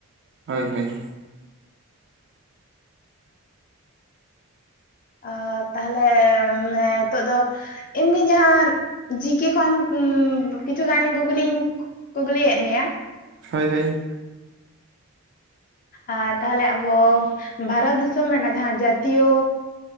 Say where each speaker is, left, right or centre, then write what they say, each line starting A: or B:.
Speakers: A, on the right (about 55°); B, on the left (about 40°).
A: ᱦᱳᱭ ᱦᱳᱭ
B: ᱚ ᱛᱟᱦᱟᱞᱮ ᱱᱤᱛᱚᱜ ᱫᱚ ᱮᱢᱱᱤ ᱡᱟᱦᱟᱸ ᱡᱤᱠᱮ ᱠᱷᱚᱱ ᱠᱤᱪᱷᱩ ᱜᱟᱱ ᱠᱩᱠᱞᱤᱧ ᱠᱩᱠᱞᱤᱭᱮᱫ ᱢᱮᱭᱟ
A: ᱦᱳᱭ ᱦᱳᱭ
B: ᱟᱨ ᱛᱟᱦᱚᱞᱮ ᱟᱵᱚ ᱵᱷᱟᱨᱚᱛ ᱫᱤᱥᱚᱢ ᱨᱮᱱᱟᱜ ᱡᱟᱦᱟᱸ ᱡᱟᱹᱛᱤᱭᱚ